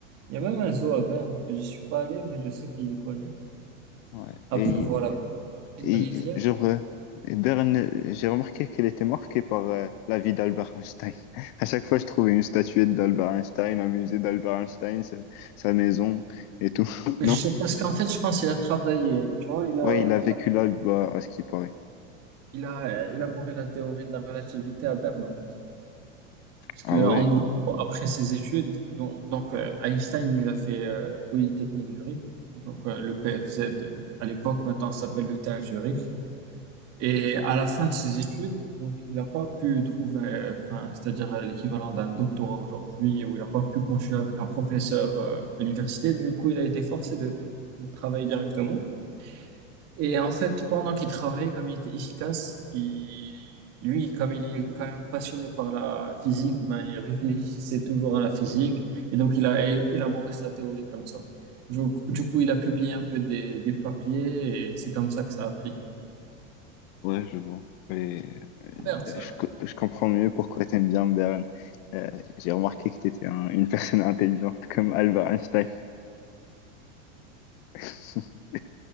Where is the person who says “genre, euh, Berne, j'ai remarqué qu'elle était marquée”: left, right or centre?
Left